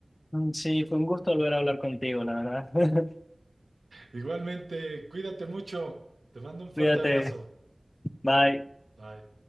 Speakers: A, on the left (about 40°); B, on the right (about 85°).
A: Sí, fue un gusto volver a hablar contigo, la verdad. <laughs>
B: Igualmente, cuídate mucho. Te mando un fuerte
A: Cuídate,
B: abrazo.
A: bye.
B: Bye.